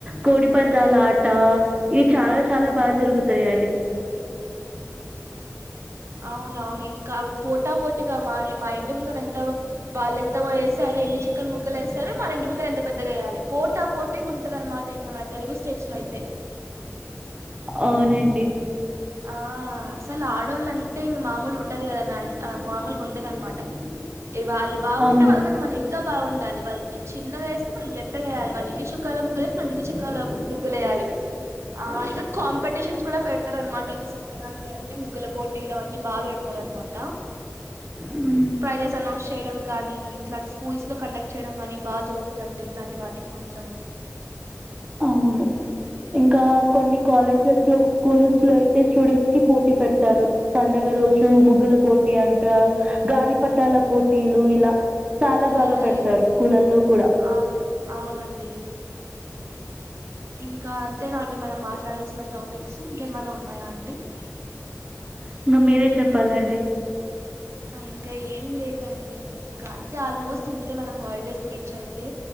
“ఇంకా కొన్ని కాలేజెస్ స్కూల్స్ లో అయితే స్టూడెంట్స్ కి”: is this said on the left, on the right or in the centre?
Right